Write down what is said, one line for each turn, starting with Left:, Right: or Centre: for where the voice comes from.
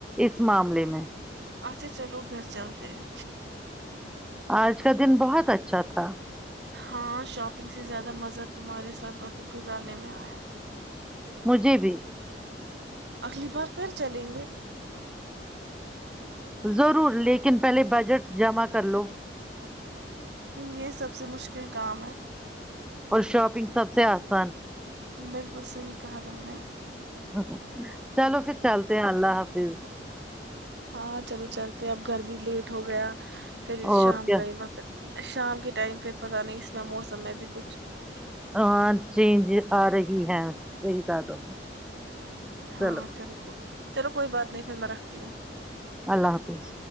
Centre: اس معاملے میں
Right: اچھا چلو گھر چلتے ہیں
Centre: آج کا دن بہت اچھا تھا
Right: ہاں شاپنگ سے زیادہ مزہ تمہارے ساتھ وقت گزارنے میں آیا
Centre: مجھے بھی
Right: اگلی بار پھر چلیں گے
Centre: ضرور لیکن پہلے بجٹ جمع کر لو
Right: یہ سب سے مشکل کام ہے
Centre: اور شاپنگ سب سے آسان
Right: بالکل صحیح کہا تم نے
Centre: ہ چلو پھر چلتے ہیں اللہ حافظ
Right: ہاں چلو چلتے اب گھر بھی لیٹ ہو گیا کرری
Centre: اور
Right: شام
Centre: کیا
Right: کئی وقت شام کے ٹائم پھر پتہ نہیں اس میں موسم میں بھی کچھ
Centre: ہاں چینج آ رہی ہے یہی کر دا چلو
Right: ہاں کو- چلو کوئی بات نہیں پھر میں رکھتی ہوں
Centre: اللہ حافظ